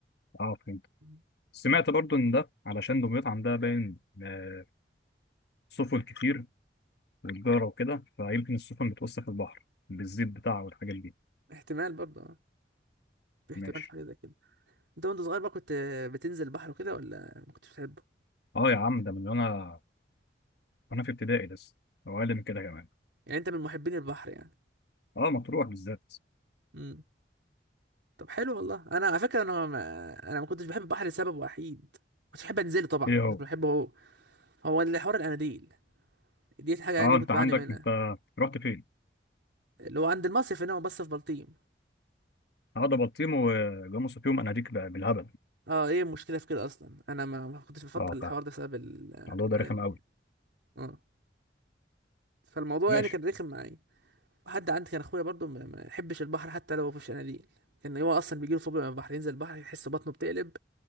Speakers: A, on the left; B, on the right.
A: اه فهمت
B: مم.
A: سمعت برضو ان ده علشان دمياط عندها باين آه، سفن كتير وتجاره وكده فيمكن السفن بتوسخ البحر بالزيت بتاعها والحاجات دي
B: احتمال برضه اه في احتمال
A: ماشي
B: في حاجه زي كده انت وانت صغير بقى كنت بتنزل البحر وكده ولا ما كنتش بتحبه
A: اه يا عم ده من وانا وانا في ابتدائي لسه او اقل من كده كمان
B: يعني انت من محبين البحر يعني
A: اه مطروح بالذات
B: امم طب حلو والله انا على فكره انا ما... انا ما كنتش بحب البحر لسبب وحيد كنت بحب انزله طبعا
A: ايه
B: مش
A: هو
B: بحبه هو هو اللي حوار الاناديل دي حاجه يعني
A: اه انت
B: كنت
A: عندك
B: بعاني منها
A: انت رحت فين
B: اللي هو عند المصيف هنا بس في بلطيم
A: اه ده بلطيم وجاموسه فيهم اناديك بقى بالهبل
B: اه ايه المشكله في كده اصلا انا ما, ما كنتش بفضل
A: اه
B: الحوار
A: فاهم
B: ده بسبب ال- الاناديل
A: الموضوع ده رخم قوي
B: اه فالموضوع
A: ماشي
B: يعني كان رخم معايا حد عندي كان اخويا برضو ما ما يحبش البحر حتى لو في شناديل كان هو اصلا بيجيله فوبيا من البحر ينزل البحر يحس بطنه بتقلب